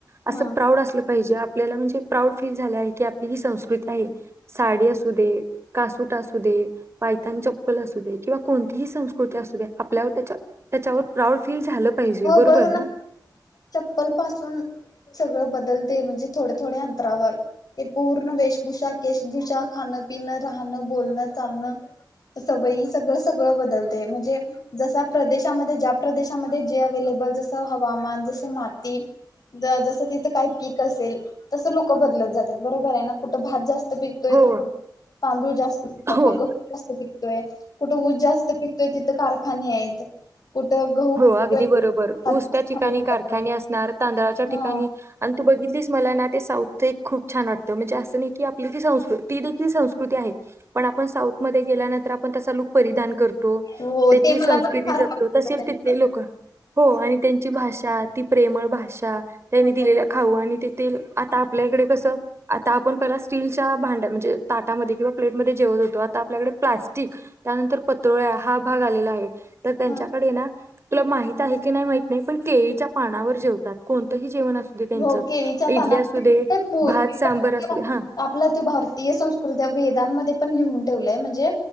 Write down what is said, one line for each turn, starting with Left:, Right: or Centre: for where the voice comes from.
Right: असं
Left: हा.
Right: प्राऊड असलं पाहिजे आपल्याला म्हणजे प्राऊड फील झाला आहे की आपली ही संस्कृती आहे. साडी असू दे कासुट असू दे पायतान चप्पल असू दे. किंवा कोणतीही संस्कृती असू द्या आपल्यावर त्या त्याच्यावर प्राऊड फील झालं पाहिजे
Left: हो
Right: बरोबर
Left: बघ
Right: ना.
Left: चप्पल पासून सगळं बदल दे म्हणजे थोडे थोडे अंतरावर ते पूर्ण वेश भूषा केश भूषा खाणं पिनं राहणं बोलणं चालणं. सवयी सगळ सगळं बदलते म्हणजे जस प्रदेशामध्ये ज्या प्रदेशामध्ये जे अवेलेबल जस हवामान जसे माती ज जसं तिथे काही पीक असेल तसं लोक बदलत जातात बरोबर आहे ना कुठं भात जास्त पीक तोय
Right: हो
Left: तर कुठ तांदूळ जास्त जास्त
Right: हो
Left: पिकतोय कुठं ऊज जास्त पिकतोय तिथं कारखाने आहेत कुठं गहू
Right: गदी बरोबर
Left: हाताचं
Right: ऊस त्या ठिकाणी
Left: खाल्लं जातं.
Right: कारखाने असणार तांदळाच्या
Left: हा,
Right: ठिकाणी तू बघितलीस मला ना ते साऊथं एक खूप छान वाटतं म्हणजे असं नाही की आपली ती संस्कृ ती देखील संस्कृती आहे. पण आपण साऊथ मध्ये गेल्यानंतर आपण तसा लूक परिधान करतो
Left: हो
Right: तेथील
Left: ते मला
Right: संस्कृती
Left: पण फार
Right: जपतो.
Left: आवडतं
Right: तसेच
Left: त्यांचं.
Right: तिथली लोक हो आणि त्यांची भाषा ती प्रेमळ भाषा त्यांनी
Left: हो.
Right: दिलेल्या खाऊ आणि तेथील आता आपल्या इकडे कसं? आता आपण पहिला स्टीलच्या भांड्यात म्हणजे ताटामध्ये किंवा प्लेटमध्ये जेवत होतो आता आपल्याकडे प्लास्टिक त्यानंतर पत्रोळ्या हा भाग आलेला आहे. तर त्यांच्याकडे
Left: हा.
Right: ना तुला माहित आहे की नाही माहित नाही पण केळीच्या पानावर जेवतात कोणतंही जेवण असू. त्यांच
Left: हो केळीच्या पानामध्ये
Right: इडली असू दे,
Left: पूर्वीपासून
Right: भात सांबर असू हा.
Left: आपला तो भारतीय संस्कृती वेदांमध्ये पण लिहून ठेवलंय म्हणजे